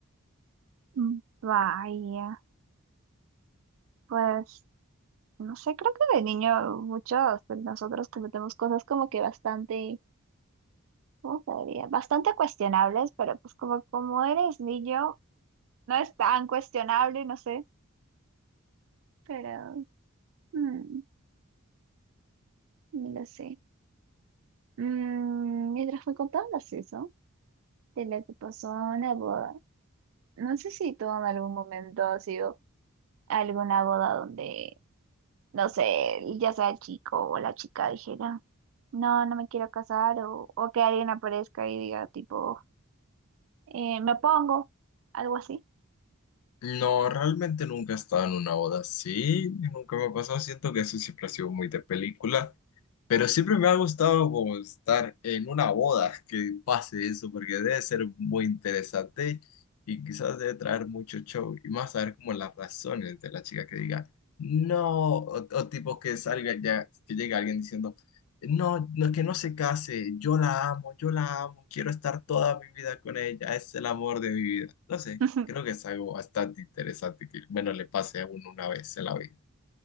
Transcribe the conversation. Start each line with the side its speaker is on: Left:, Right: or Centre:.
Right: Mm, Vaya, pues no sé, creo que de niño muchos de nosotros cometemos cosas como que bastante, ¿cómo se diría? Bastante cuestionables, pero pues como, como eres niño, no es tan cuestionable, no sé, pero mm, no lo sé. Mm, mientras me contabas eso, de lo que pasó en la boda, no sé si tú en algún momento has ido a alguna boda donde no sé, ya sea el chico o la chica dijera, no, no me quiero casar, o, o que alguien aparezca y diga, tipo, eh, me pongo, algo así.
Left: No, realmente nunca he estado en una boda así, nunca me ha pasado, siento que eso siempre ha sido muy de película. Pero siempre me ha gustado como estar en una boda que pase eso, porque debe ser muy interesante y quizás debe traer mucho show y más saber como las razones de la chica que diga no, o, o tipo que salga ya, que llegue alguien diciendo no, no, que no se case, yo la amo, yo la amo, quiero estar toda mi vida con ella, es el amor de mi vida. No sé,
Right: <laughs>
Left: creo que es algo bastante interesante que, bueno, le pase a uno una vez en la vida.